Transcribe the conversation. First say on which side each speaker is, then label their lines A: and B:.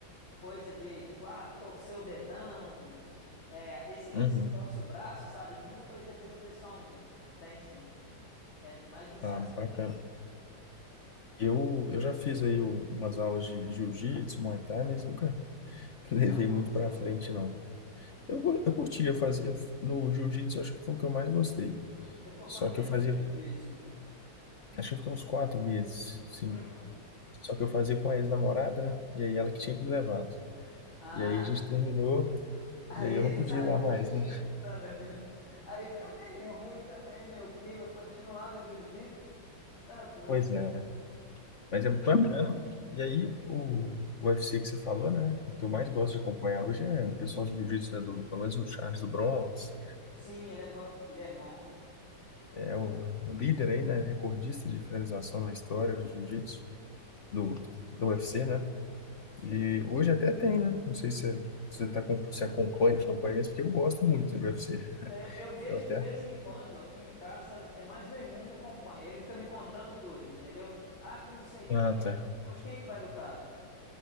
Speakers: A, on the left; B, on the left.
A: Coisa de tipo, ah, torcer o dedão. É, esse aqui
B: Uhum.
A: você torce o braço, sabe? Muita coisa de defesa pessoal mesmo. Tem sim. É mais nesse
B: Ah,
A: aspecto.
B: bacana. Eu, eu já fiz aí o- umas aulas de jiu-jitsu, Muay Thai, mas nunca <laughs> levei
A: Não curtiu?
B: muito pra frente, não. Eu, go- eu curtia fazer. eu- no jiu-jitsu, eu acho que foi o que eu mais gostei.
A: Você ficou
B: Só
A: quanto tempo
B: que eu fazia
A: no jiu-jitsu?
B: Acho que eu fiquei uns quatro meses, cinco.
A: Uhum.
B: Só que eu fazia com a ex-namorada, né? E aí ela que tinha que me levado.
A: Ah,
B: E aí a gente terminou,
A: Aí
B: e aí eu não podia
A: saiu
B: ir lá
A: do
B: mais,
A: jiu-jitsu
B: né?
A: também, né? Aí fica bem ruim também, né? O clima continuar no jiu-jitsu. Tá doido.
B: Pois é. Mas é muito bacana. E aí o, o UFC que você falou, né? O que eu
A: Hum.
B: mais gosto de acompanhar hoje é o pessoal de jiu-jitsu, né? Do, pelo menos o Charles do Bronx.
A: Sim, ele é bom. Ele é bom.
B: É o, o líder aí, né? Recordista de finalização na história do jiu-jitsu, do, do UFC, né?
A: Sim.
B: E hoje até tem, né? Não sei se você, você, tá, com- se acompanha, acompanha isso, porque eu gosto muito de UFC.
A: Eu, eu vejo
B: Eu até.
A: de vez em quando aqui em casa, é mais meu irmão que acompanha. Ele fica me contando tudo, entendeu? Ah, que não sei quem.
B: Ah,
A: que
B: tá.
A: Hoje quem que vai lutar?